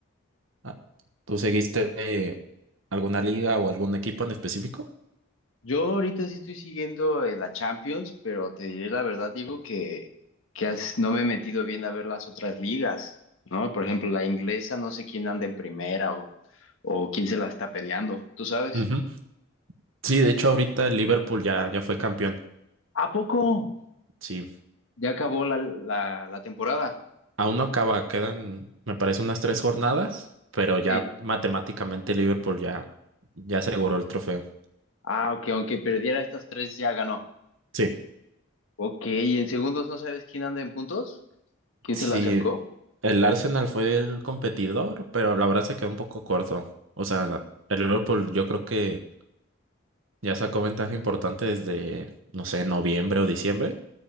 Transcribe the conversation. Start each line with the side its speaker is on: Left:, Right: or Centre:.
Right: Ah, ¿Tú seguiste eh, alguna liga o algún equipo en específico?
Left: Yo ahorita sí estoy siguiendo eh, la Champions, pero te diré la verdad, Diego, que, que has- no me he metido bien a ver las otras ligas, ¿no? Por ejemplo, la inglesa, no sé quién anda en primera o, o quién se la está peleando, ¿tú sabes?
Right: Ujú. Sí, de hecho ahorita el Liverpool ya, ya fue campeón.
Left: ¿A poco?
Right: Sí.
Left: Ya acabó la, la, la temporada.
Right: Aún no acaba, quedan, me parece, unas tres jornadas, pero ya
Left: Sí.
Right: matemáticamente Liverpool ya, ya aseguró el trofeo.
Left: Ah, ok, aunque perdiera estas tres ya ganó.
Right: Sí,
Left: Ok, ¿y en segundos no sabes quién anda en puntos? ¿Quién
Right: sí,
Left: se la acercó?
Right: el Arsenal fue el competidor, pero la verdad se quedó un poco corto. O sea, el Liverpool yo creo que ya sacó ventaja importante desde, no sé, noviembre o diciembre